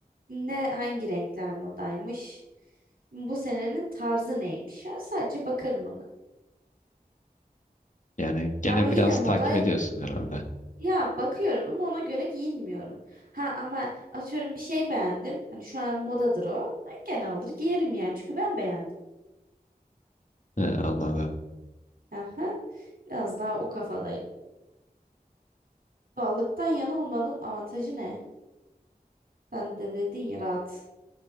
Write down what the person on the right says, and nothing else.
Ne hangi renkler modaymış? Bu senenin tarzı neymiş? Ya sadece bakarım ona.
Ama yine
modayla
ya bakıyorum ama ona göre giyinmiyorum. Ha ama atıyorum bir şey beğendim. Hani şu an modadır o. Ay, Gene alır giyerim yani çünkü ben beğendim.
Aha. Biraz daha o kafadayım. Doğallıktan yana olmanın avantajı ne? Ben de dedin ya rahat,